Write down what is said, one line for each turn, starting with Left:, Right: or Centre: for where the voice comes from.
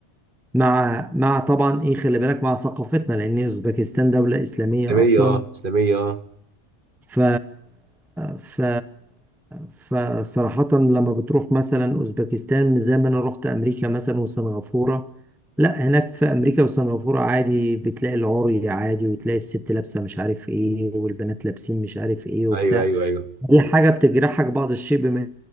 Centre: مع مع طبعا ايه خلي بالك مع ثقافتنا لأن أوزبكستان دولة إسلامية
Right: اسلاميه
Centre: أصلا
Right: اه اسلاميه اه
Centre: ف ف فصراحة لما بتروح مثلا أوزبكستان مش زي ما أنا رحت أمريكا مثلا وسنغافورة لا هناك في أمريكا وسنغافورة عادي بتلاقي العري عادي وتلاقي الست لابسة مش عارف ايه والبنات لابسين مش عارف ايه وبتاع
Right: ايوه ايوه ايوه
Centre: دي حاجة بتجرحك بعض الشيء بما